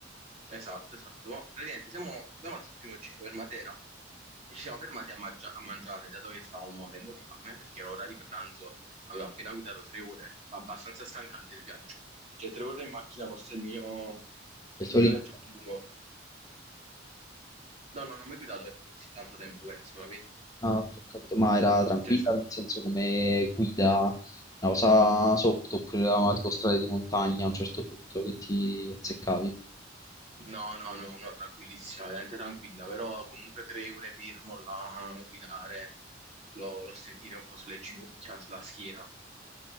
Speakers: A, on the right (about 35°); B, on the left (about 20°).
A: Esatto, esatto. Ma praticamente siamo, abbiamo fatto il primo giro per Matera e ci siamo fermati a, mangia- a mangiare, dato che stavamo morendo di fame, perché era ora di pranzo, avevo appena guidato tre ore, ma abbastanza stancante il viaggio. Cioè, tre ore in macchina forse è il mio,
B: del
A: il
B: tuo
A: mio
B: libro.
A: viaggio più lungo. No, no, non ho mai guidato per così tanto tempo, penso, capì?
B: Ah, ok, ho capito. Ma era tranquilla,
A: Cioè, sa-
B: nel senso come guida, una cosa soft, oppure era tipo strade di montagna a un certo punto che ti azzeccavi.
A: No, no, no, no, tranquillissima, veramente tranquilla, però comunque tre ore fermo là, a guidare, l'ho l'ho sentita un po' sulle ginocchia, sulla schiena,